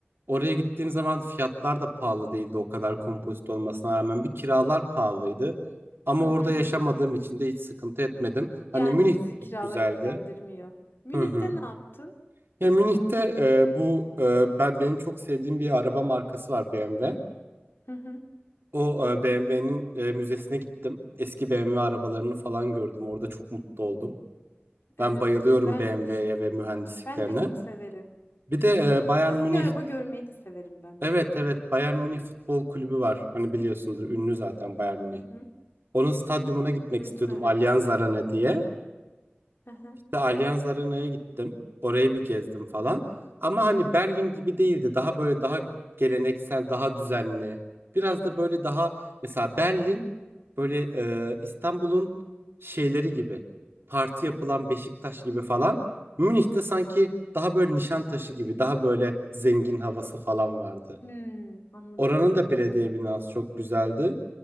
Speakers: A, on the right (about 70°); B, on the left (about 65°).
A: oraya gittiğim zaman fiyatlar da pahalı değildi o kadar kompozit olmasına rağmen. Bir kiralar pahalıydı. Ama
B: Hı
A: orada
B: hı.
A: yaşamadığım için de hiç sıkıntı etmedim.
B: Yani
A: Hani Münih
B: bizi
A: de
B: kiralar
A: çok güzeldi.
B: ilgilendirmiyor. Münih'te
A: Hı hı.
B: ne yaptın?
A: Ya Münih'te e, bu e, ben benim çok sevdiğim bir araba markası var BMW.
B: Hı hı.
A: O e, BMW'nin müzesine gittim. Eski BMW arabalarını falan gördüm. Orada çok mutlu oldum.
B: Evet,
A: Ben bayılıyorum
B: güzelmiş.
A: BMW'ye ve mühendisliklerine.
B: Ben de çok severim.
A: Bir de e,
B: Es-
A: Bayern
B: Eski
A: Münih.
B: araba görmeyi de severim ben
A: Evet
B: bir de.
A: evet Bayern Münih Futbol Kulübü var. Hani biliyorsundur ünlü zaten Bayern Münih.
B: Hı hı.
A: Onun stadyumuna gitmek
B: Duydum
A: istiyordum
B: evet.
A: Allianz Arena diye.
B: Hı hı.
A: İşte Allianz Arena'ya gittim. Orayı bir gezdim falan. Ama hani Berlin gibi değildi. Daha böyle daha geleneksel, daha düzenli. Biraz da böyle daha mesela Berlin böyle e, İstanbul'un şeyleri gibi. Parti yapılan Beşiktaş gibi falan. Münih'te sanki daha böyle Nişantaşı gibi, daha böyle zengin havası falan vardı.
B: Hmm, anladım,
A: Oranın da belediye
B: anladım.
A: binası çok güzeldi.